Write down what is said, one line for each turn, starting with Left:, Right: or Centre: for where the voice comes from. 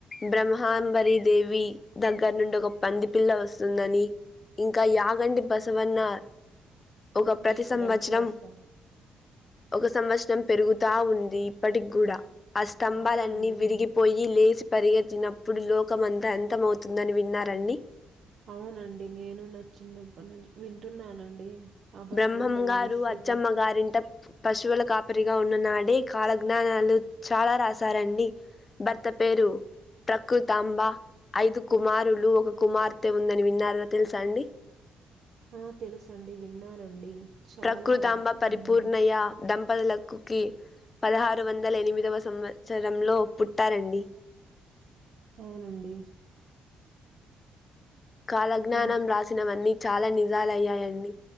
Left: బ్రహ్మాంబరి దేవి దగ్గర నుండి ఒక పంది పిల్ల వస్తుందని ఇంకా యాగంటి బసవన్న ఒక ప్రతి
Right: లేచి
Left: సంవత్సరం
Right: రంకెలేస్తాడు
Left: ఒక సంవత్సరం పెరుగుతా ఉంది పటిగూడ ఆ స్తంభాలన్నీ
Right: అవునండి
Left: విరిగిపోయి ఈ లేచి పరిగెత్తినప్పుడు లోకం అంతా అంత మవుతుందని విన్నారండి
Right: అవునండి నేను నచ్చినప్ప నుంచి వింటున్నానండి ఆ బసవన్న
Left: బ్రహ్మంగారు
Right: లేసిది
Left: అచ్చమ్మ గారింట పశువుల కా రిగా ఉన్నాడే కాల జ్ఞానాలు చాలా రాశారండి భర్త పేరు ప్రకృతాంబ ఐదు కుమారులు ఒక కుమార్తె ఉందని విన్నార తెలుసా అండి
Right: ఆ తెలుసండి విన్నానండి చాలా
Left: ప్రకృతంబ పరిపూర్ణయ్య
Right: విన్నాను
Left: దంపతులలకు కుకిీ పదహారు వందల ఎనిమిదవ సంవత్సరంలో పుట్టారండి
Right: అవునండి
Left: కాలజ్ఞానం
Right: ఇం
Left: రాసినవన్నీ చాలా నిజాలుయ్యాయండి